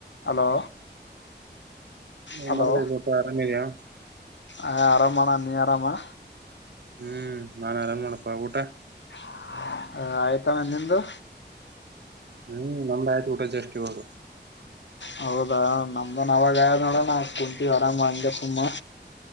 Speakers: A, on the left; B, on the right.
A: Hello
B: ಏನ್
A: hello
B: ಮಾಡ್ತಾ ಇದಿಯಪ್ಪ ಆರಾಮಿದ್ಯಾ?
A: ಆ ಆರ ಮಾಡ ನೀ ಆರಾಮಾ
B: ಹ್ಮ್ ನಾನ್ ಆರಾಮ ಮಾಡಪ್ಪ ಊಟ
A: ಹ ಆಯ್ತಮ್ಮ ನಿಂದು
B: ಹ್ಮ್ ನಮ್ದ ಆಯ್ತು ಊಟ ಜಷ್ಟ ಇವಾಗ
A: ಹೌದಾ ನಮ್ದನ್ ಅವಾಗ ಆ ನೋಡಣ ಕುಂತೀವಿ ಆರಾಮ ಹಗೆ ಸುಮ್ಮ